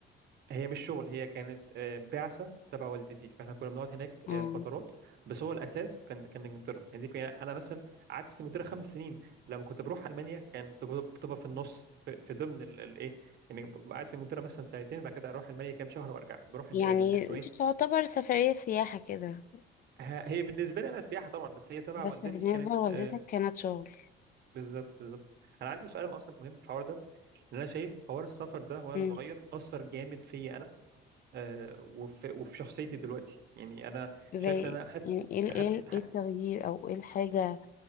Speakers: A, on the right; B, on the left.
A: هي مش شغل هي كانت آه، بعثة تبع والدتي فاحنا كنا بنقعد هناك
B: اه
A: آه، فترات بس هو الأساس كان كان إنجلترا يعني دي كان أنا مثلا قعدت في إنجلترا خمس سنين لما كنت بروح ألمانيا كان بتبقى بتبقى في النص في, في ضمن الإيه يعني ببقى قاعد في إنجلترا مثلا سنتين بعد كده أروح ألمانيا كام شهر وأرجع بروح
B: يعني
A: إنج- ال- اسمه إيه
B: دي تعتبر سفرية سياحة كده
A: ه- هي بالنسبة لي أنا سياحة طبعا بس هي تبع
B: بس
A: والدتي
B: بالنسبة
A: كانت
B: لوالدتك
A: آه،
B: كانت شغل
A: بالظبط بالظبط أنا عندي سؤال أصلا مهم في الحوار ده لأن أنا شايف حوار السفر ده وأنا
B: امم
A: صغير أثر جامد فيا أنا آه، وفي وفي شخصيتي دلوقتي يعني انا
B: زي
A: شايف ان انا اخدت
B: يعني ايه ال-
A: اخدت
B: ايه ال-
A: ه-
B: ايه التغيير او ايه الحاجة